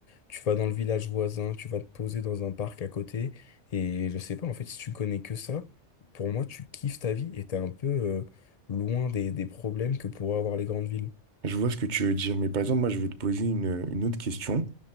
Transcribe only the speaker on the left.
Tu vas dans le village voisin, tu vas te poser dans un parc à côté, et je sais pas, en fait, si tu connais que ça, pour moi, tu kiffes ta vie et t'es un peu euh, loin des, des problèmes que pourraient avoir les grandes villes.